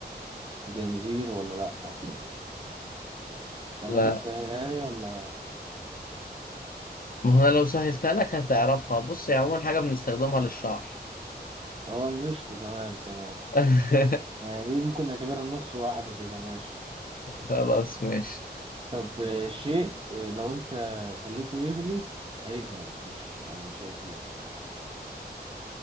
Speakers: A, on the right (about 30°); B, on the left (about 55°).
A: جنزير ولا لأ ده
B: لا
A: ممكن تسهلها لي ولا
B: ما هو انا لو سهلتها لك هتعرفها بص هي عموما حاجة بنستخدمها للشعر
A: هو النشط تمام تمام
B: <laughs>
A: يعني دي ممكن نعتبرها نص واحدة كده ماشي
B: خلاص ماشي
A: طب آه، شيء آه، لو أنت خليته يغلي هيجمد مش آه، مش هيسيح